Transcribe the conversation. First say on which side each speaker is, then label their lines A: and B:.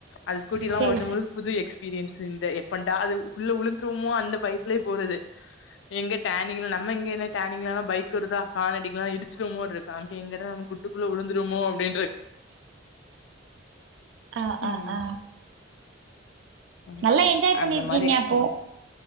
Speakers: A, on the left; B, on the right.
A: அந்த ஸ்கூட்டி எல்லாம்
B: சேரி
A: ஓட்டும்போது புது எக் எக்ஸ்பீரியன்ஸ் இந்த எப்படா அது உள்ள விழுந்துருவோமோ அந்த பயத்தலய போறது எங்க டேனிங்க நம்ம எங்க என்ன டேனிங்களா பைக் வருதா காரணடிக்லாம் இடிச்சிடுோமோ. அங்க எங்க நம் குட்டுக்குள்ள உழுந்து <unintelligible> அப்படின்னு
B: ஆஹ்
A: ம்
B: ஆஹ் ஆஹ்
A: ம்.
B: நல்லா என்ஜாய் பண்ணிருக்கீங்க
A: அந்த மாரி எக்ஸ்போ
B: அப்போ